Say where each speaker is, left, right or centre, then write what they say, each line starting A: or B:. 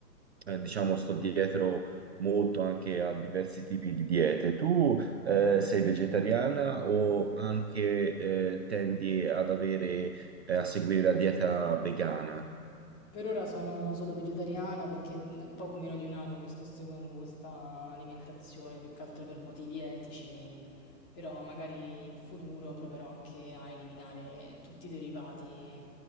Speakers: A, on the right; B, on the left.
A: eh, diciamo sto dietro molto anche a diversi tipi di diete. Tu eh, sei vegetariana o anche eh, tendi ad avere, eh, a seguire la dieta vegana?
B: Per ora sono solo vegetariana perché è poco meno di un anno che sto seguendo questa alimentazione, più che altro per motivi etici, però magari in futuro proverò anche a eliminare tutti i derivati